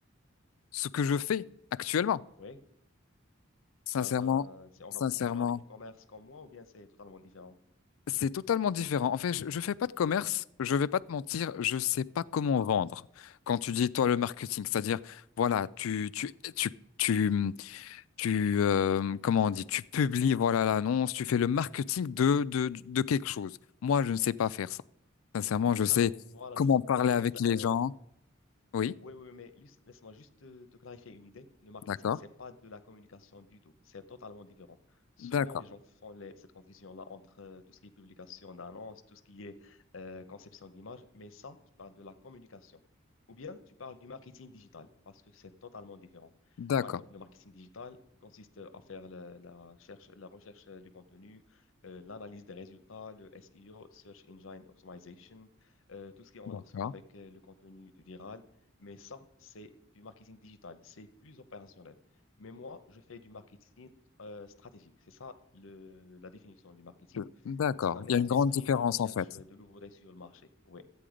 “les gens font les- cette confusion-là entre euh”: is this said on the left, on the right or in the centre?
Left